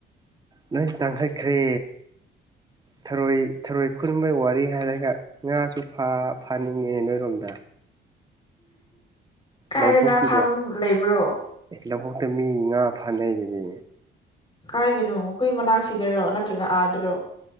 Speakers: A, on the right (about 20°); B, on the left (about 25°).
A: ꯅꯣꯏ ꯇꯥꯡꯈꯠꯈ꯭ꯔꯦ ꯊꯔꯣꯏ ꯊꯔꯣꯏ ꯈꯨꯟꯕꯩ ꯋꯥꯔꯤ ꯍꯥꯏꯔꯒ ꯉꯥꯁꯨ ꯐꯥꯅꯤꯡꯉꯤꯅꯦ ꯅꯣꯏꯔꯣꯝꯗ
B: ꯀꯥꯏꯗ
A: ꯂꯕꯨꯨꯀꯤꯗ
B: ꯉꯥ ꯐꯥꯕꯝ ꯂꯩꯕ꯭ꯔꯣ
A: ꯑꯦ ꯂꯧꯕꯨꯛꯇ ꯃꯤ ꯉꯥ ꯐꯥꯅꯩ ꯑꯗꯨꯗꯤ
B: ꯀꯥꯏꯗꯅꯣ ꯑꯩꯈꯣꯏ ꯃꯅꯥꯛꯁꯤꯗꯔꯣ ꯅꯠꯇ꯭ꯔꯒ ꯑꯥꯗꯔꯣ